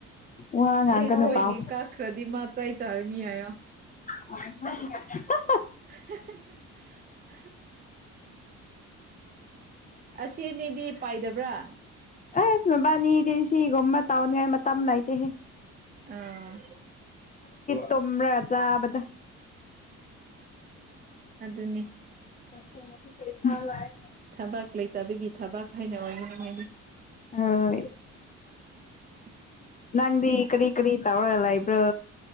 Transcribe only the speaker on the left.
ꯋꯥ ꯉꯥꯡꯒꯅꯨ
ꯄꯥꯎ
<unintelligible> <inaudible>
ꯑꯦ ꯁꯕꯥꯅꯤꯗ ꯁꯤꯒꯣꯝꯃ ꯇꯥꯎꯅꯤ ꯍꯥꯏ ꯃꯇꯝ ꯑꯃ ꯂꯥꯏꯇꯦꯍꯦ
ꯇꯣꯝ꯭ꯔꯖꯥꯕꯗꯥ
ꯎꯅꯗꯤ ꯄꯩꯁꯥ ꯂꯑ
ꯑ <unintelligible> <inaudible>
ꯅꯪꯗꯤ ꯀꯔꯤ ꯀꯔꯤ ꯇꯥꯔꯒ ꯂꯏꯕ꯭ꯔꯥ